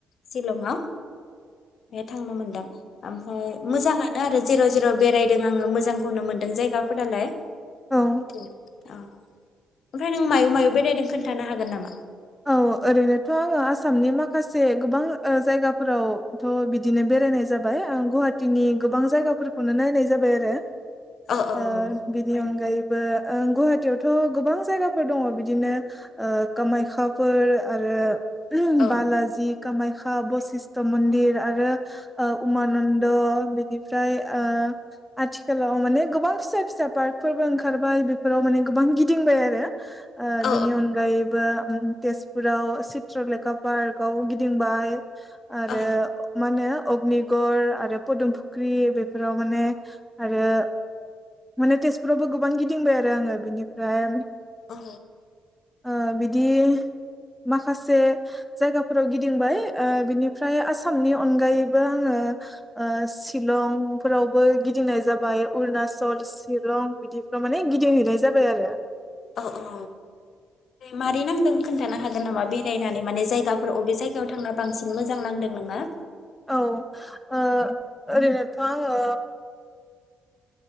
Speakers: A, on the left; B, in the centre.
A: शिलंआव बे थांनो मोनदों ओमफ्राय मोजाङानो आरो जेराव जेराव बेरायदों आङो मोजांखौनो मोन्दों जायगाफोरालाय।
B: औ
A: <unintelligible> औ ओमफ्राय नों मायाव मायाव बेरायदों खोन्थानो हागोन नामा?
B: औ ओरैनोथ' आङो आसामनि माखासे गोबां ओ जायगाफोरावथ' बिदिनो बेरायनाय जाबाय ओ गुवाहाटीनि गोबां जायगाफोरखौनो नायनाय जाबाय आरो
A: औ
B: ओ बिनि
A: औ
B: अनगायैबो ओं गुवाहाटीयावथ' गोबां जायगाफोर दङ बिदिनो ओ कामाख्या फोर आरो <unintelligible>
A: औ
B: बालााजि कामाख्या बसिस्ट मन्दिर आरो ओ उमानन्द बिनिफ्राय ओ आथिखालाव माने गोबां फिसा फिसा पार्कफोरबो ओंखारबाय बेफोराव माने गोबां गिदिंबाय आरो ओ
A: औ
B: बिनि अनगायैबो ओम तेजपुराव चित्रलेखा पार्कआव गिदिंबाय। आरो
A: औ
B: माने अग्निगढ़ आरो पदमफुख्रि बेफोराव माने आरो माने तेजपुरावबो गोबां गिदिंबाय आरो आङो बेनिफ्राय
A: औ
B: ओ बिदि माखासे जायगाफोराव गिदिंबाय ओ बिनिफ्राय आसामनि अनगायैबो आङो ओ शिलंफोरावबो गिदिंनाय जाबाय अरुनाचल शिलं बिदिफ्राव माने गिदिंहैनाय जाबाय आरो
A: औ औ मारै नांदों खोन्थानो हागोन नामा बेरायनानै माने जायगाफोर अबे जायगायाव थांना बांसिन मोजां नांदों नोङो?
B: औ ओ ओरैनोथ' आङो